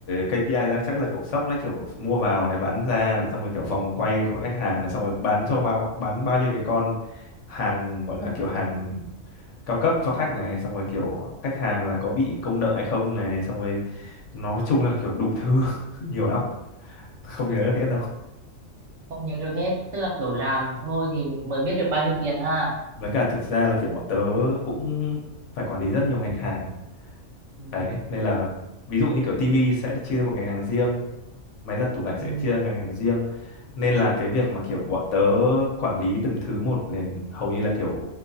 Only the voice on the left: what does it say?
KPI ra chắc là cậu sốc đấy, kiểu mua vào này bán ra này xong rồi kiểu vòng quay của khách hàng này xong rồi bán cho bao bán bao nhiêu cái con hàng gọi là kiểu hàng cao cấp cho khách này xong rồi kiểu khách hàng là có bị công nợ hay không này xong rồi nói chung là kiểu đủ thứ <laughs> nhiều lắm không nhớ được hết
với cả thực ra là kiểu bọn tớ cũng phải quản lý rất nhiều ngành hàng
đấy nên là ví dụ như kiểu tivi sẽ được chia ra một ngành hàng riêng máy giặt tủ lạnh sẽ
chia ra ngành hàng riêng nên là cái việc mà kiểu bọn tớ quản lý từng thứ một nên hầu như là kiểu